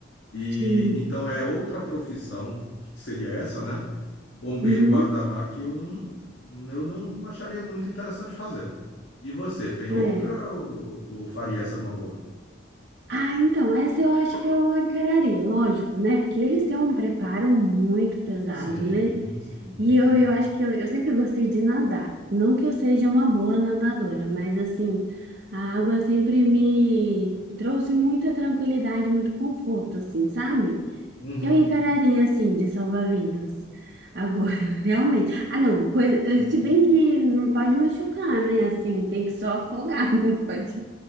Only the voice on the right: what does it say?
sim.
Uhum,
é.
Ah, então, essa eu acho que eu encararia, lógico, né? Porque eles têm um preparo muito pesado,
né?
E
eu, eu acho que eu, eu sempre gostei de nadar. Não que eu seja uma boa nadadora, mas assim, a água sempre me trouxe muita tranquilidade, muito conforto, assim, sabe?
Eu encararia assim, de salvar vidas. Agora, <laughs> realmente. Ah, não, coi- se bem que não pode machucar, né? Assim, tem que só afogar, <laughs> não pode,